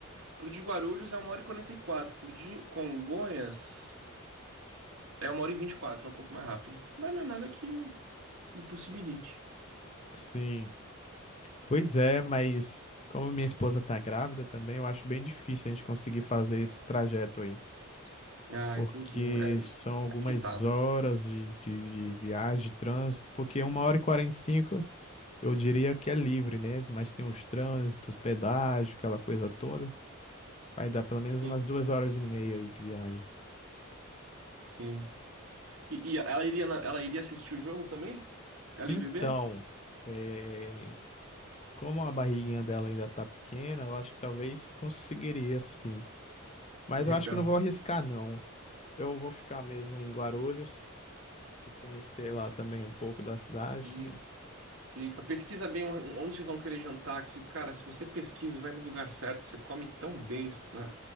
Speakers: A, on the right (about 75°); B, on the left (about 30°).
A: Pro de Guarulhos é uma hora e 44. Pro de Congonhas é uma hora e 24, é um pouco mais rápido. Mas não é nada que impossibilite.
B: Sim. pois é, mas como minha esposa tá grávida também, eu acho bem difícil a gente conseguir fazer esse trajeto aí,
A: Ah,
B: porque
A: entendi. Um- É
B: são algumas
A: agitado.
B: horas de, de, de viagem, de trânsito, porque uma hora e quarenta e cinco eu diria que é livre, né? Mas tem os trânsitos, pedágio, aquela coisa toda. Vai dar pelo menos
A: Sim,
B: umas duas horas e meia aí de viagem.
A: sim. E, e ela iria, na- ela iria assistir o jogo também? Ela
B: Então,
A: e o bebê?
B: é, como a barriguinha dela ainda tá pequena, eu acho que talvez conseguiria sim. Mas
A: Legal.
B: eu acho que não vou arriscar, não. Eu vou ficar mesmo em Guarulhos e conhecer lá também um pouco da cidade.
A: E, e pesquisa bem onde vocês vão querer jantar aqui. Cara, se você pesquisa, vai no lugar certo, você come tão bem na,